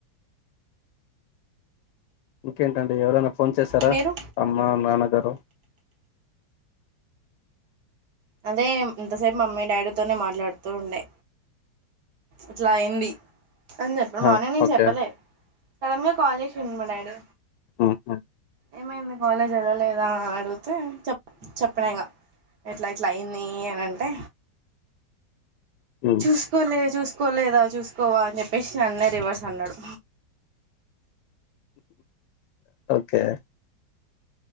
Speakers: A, on the left (about 80°); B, on the right (about 60°).
A: ఇంకేంటండి ఎవరైనా ఫోన్ చేశారా
B: మీరు
A: అమ్మ నాన్నగారు
B: అదే ఇంతసేపు మమ్మీ డాడీతోనే మాట్లాడుతూ ఉండే ఇట్లా అయ్యింది అని చెప్పే మార్నింగ్
A: ఆ
B: నేను
A: ఓకే
B: చెప్పలే సడన్ గా కాల్ చేసిండు మా డాడీ
A: ఆ
B: ఏమైంది కాలేజ్ వదల్లేదా అని అడిగితే చెప్ చెప్పినా ఇగ ఎట్లా ఇట్లా అయింది అని అంటే
A: ఉమ్
B: చూసుకోలేదు చూసుకోలేదా చూసుకోవా అని చెప్పేసి నన్నే రివర్స్ అన్నాడు
A: ఓకే